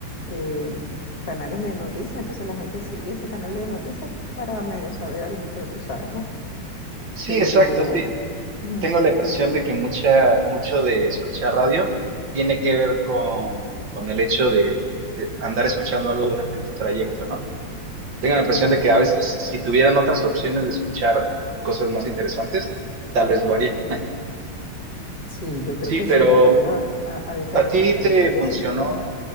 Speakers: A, on the left (about 50°); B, on the right (about 65°).
A: eh, canales de noticias, entonces la gente sigue ese canal de noticias para medio saber alguito, tú sabes, ¿no?
B: sí,
A: Pero,
B: exacto. sí.
A: ujú,
B: tengo la impresión de que mucha, mucho de escuchar radio tiene que ver con, con el hecho de, de andar escuchando algo durante un trayecto, ¿no? Tengo la impresión
A: claro.
B: de que a veces si tuvieran otras opciones de escuchar cosas más interesantes, tal vez lo haría.
A: Sí, yo creo
B: Sí,
A: que
B: pero
A: sí, la radio ha, ha- ha decaído
B: ¿a ti
A: bastante
B: te
A: y
B: funcionó,
A: eso que... ajá.